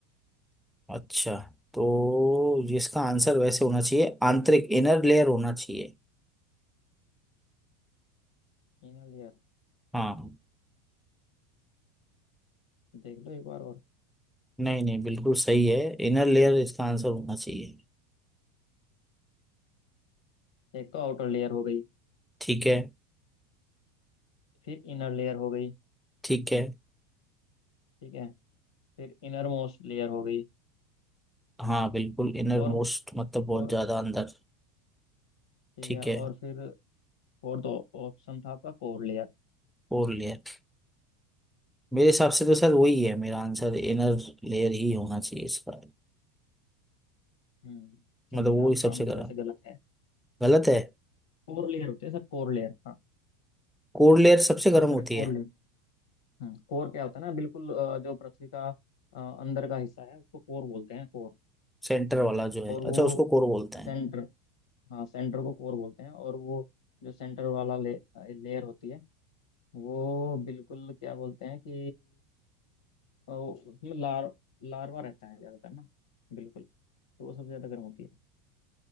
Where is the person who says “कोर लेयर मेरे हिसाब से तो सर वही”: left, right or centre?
Centre